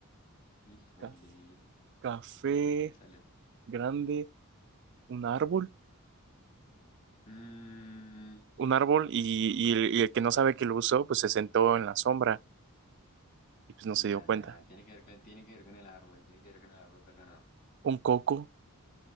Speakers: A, on the left; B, on the right.
A: Híjole,
B: ca- café
A: piénsale, piénsale.
B: grande, un árbol,
A: Mmm,
B: un árbol y, y el, y el que no sabe que lo usó, pues se sentó en la sombra y pues no
A: nada,
B: se dio cuenta.
A: nada, nada. Tiene que ver con, tiene que ver con el árbol, tiene que ver con el árbol, pero no.
B: Un coco,